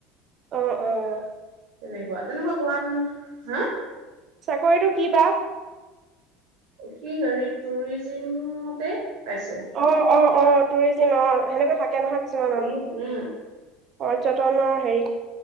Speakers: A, on the right (about 40°); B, on the right (about 75°).
A: অ', - অ ',
B: তেনেকুৱা- তেনেকুৱা, পঢ়া -শুনা হা',
A: চাকৰিতো কিবা?
B: সি ', হেৰি টুৰিজিমতে, পাইছে
A: অ-অ অ', টুৰিজিম অ', হেনেকে থাকে। থাকে নহয় কিছুমানৰ,
B: উম উম
A: পৰ্যটনৰ হেৰি, -